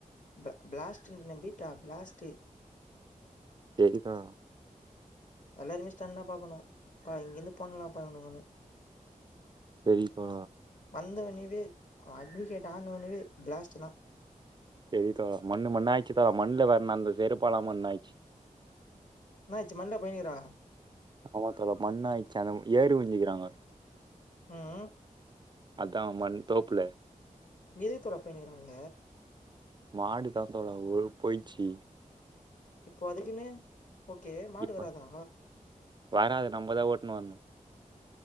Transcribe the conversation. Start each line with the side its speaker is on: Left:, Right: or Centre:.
Left: ப்ளா பிளாஸ்ட்டு ன்று நம்பிட்டா பிளாஸ்ட்டு
Right: செரிதா
Left: எல்லாருமே ஸ்டன்னா பாக்கணு பா இங்கெந்து போணலாம்ப்பான்ன ஒன்னு
Right: செரிப்பா
Left: வந்தவெனவே அட்வகேட் ஆனொவனொவே பிளாஸ்ட்டு தா
Right: செரி தா மண்ணு மண்ணா ஆய்ச்சு தா மண்ணுல வற்ணா அந்த செருப்பலா மண் ஆயிச்சு
Left: என்னாச்சு மண்ல போய்னுக்றா
Right: ஆமா தோழா மண்ண ஆய்ச்சு அங்க ஏறி வுஞ்சிக்கிறாங்க
Left: ம்
Right: அதா மண் தோப்புல
Left: நிதித்தொற போயினுக்குறாங்க
Right: மாடு தாத்தோட ஓ போயிச்சு
Left: இப்போ அதுக்குன்னே ஓகே மாடு
Right: இப்ப
Left: வராதா
Right: வராது நம்பதா ஓட்டுன் வர்னு